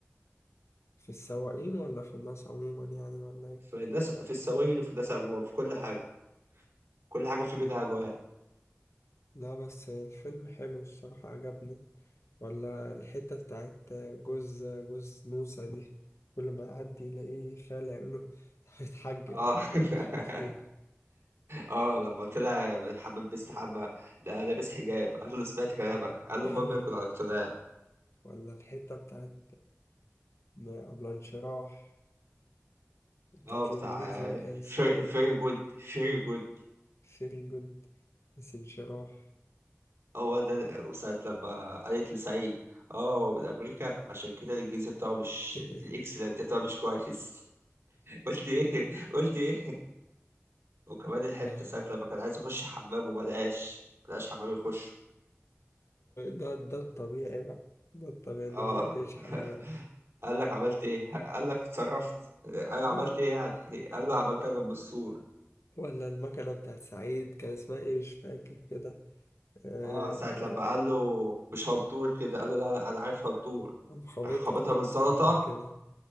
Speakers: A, on the left; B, on the right.
A: في السواقين ولا في الناس عموما يعني ولا ايه
B: في ده س- في السوائل وفي ده سبوبة في كل حاجة كل حاجة في منها
A: ل-
B: أنواع
A: لا بس الفيلم حلو الصراحة عجبني ولا الحتة بتاعت جوز جوز نوسة دي كل ما يعدي يلاقيه خالع يقول له طب اتحجب
B: اه
A: طب مش عارف
B: <laughs>
A: ايه
B: اه لما طلع حمام مستحمى لا لابس حجاب <laughs> قال له سمعت كلامك
A: <laughs>
B: قال له المهم يكون على اقتناع
A: ولا الحتة بتاعت م- قبل انشراح بتاعت
B: اه بتاع
A: الإنجليزي دي كان اسمها ايه
B: فيري جود فيري جود
A: فيري جود بس انشراح
B: هو ده ساعة لما قالت لسعيد اه هو من أمريكا عشان كده الإنجليزي بتاعه مش
A: <laughs>
B: الإكسلنت بتاعه مش كويس <laughs> قلت إيه قلت إيه وكمان الحتة
A: أي.
B: ساعة لما كان عايز يخش حمام وملقاش ملقاش حمام يخش
A: ده ده الطبيعي بقى ده الطبيعي إنهم
B: اه
A: يعيش
B: <laughs>
A: حمام
B: قال لك عملت ايه قال لك اتصرفت ايوه عملت
A: ولا
B: ايه يعني قال له عملتها جنب السور
A: ولا المكنة بتاعت سعيد كان اسمها إيه مش فاكر كده آه،
B: اه ساعة
A: اللي
B: لما قال له مش هتدور كده قال له لا لا انا عارف هتدور
A: قام خابطها
B: راح خبطها
A: بالطوبة
B: بالزلطة
A: <laughs> كده